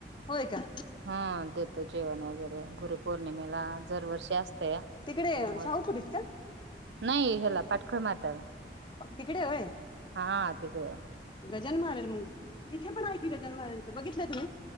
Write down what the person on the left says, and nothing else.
होय का.
तिकडे
शाहूपुरीत का
पण तिकडे आहेय.
गजानन महाराज म्हणून तिथे पण आहे की गजन महाराज बघितलं तुम्ही.